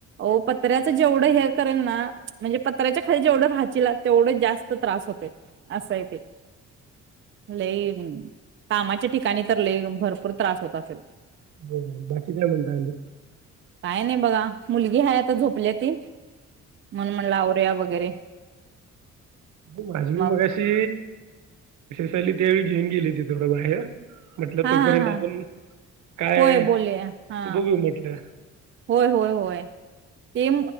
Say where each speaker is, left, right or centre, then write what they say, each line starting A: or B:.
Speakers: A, on the right; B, on the right.
A: ओ पत्र्याच जेवढं हे. करेल ना म्हणजे पत्राच्या खाली जेवढं राहचिला तेवढच जास्त त्रास होतेय असं आहे ते लई कामाच्या ठिकाणी तर लई भरपूर त्रास होत असेल.
B: हो बाकी काय म्हणताय आनी
A: काय नाही बघा मुलगी हाय आता झोपल्या ती. मन म्हणलं आवरूया बघ. वगैरे
B: माझं मी
A: मग
B: मगाशी त्यावेळी घेऊन गेली ते थोडं बाहेर. म्हटलं
A: हा
B: तोपर्यंत
A: हा हा
B: आपण काय
A: होय बोलले हा
B: बघू म्हटलं
A: होय होय होय ते.